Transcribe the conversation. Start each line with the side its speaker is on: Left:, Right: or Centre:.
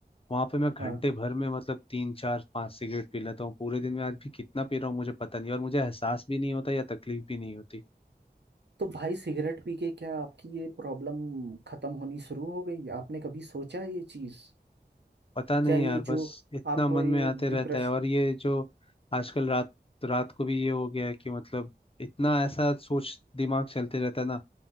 Left: वहां पे मैं घंटे
Right: हाँ
Left: भर में मतलब तीन चार पांच सिगरेट पी लेता हूँ पूरे दिन में आज भी कितना पी रहा हूँ मुझे पता नहीं और मुझे एहसास भी नहीं होता या तकलीफ भी नहीं होती
Right: तो भाई सिगरेट पी के क्या आपकी ये प्रॉब्लम खत्म होनी शुरू हो गई आपने कभी सोचा ये चीज
Left: पता नहीं
Right: क्या ये
Left: यार बस
Right: जो
Left: इतना
Right: आपको
Left: मन
Right: ये
Left: में आते रहता
Right: डिप्रेशन
Left: है और ये जो आजकल रात रात को भी ये हो गया है कि मतलब इतना ऐसा सोच दिमाग चलते रहता है ना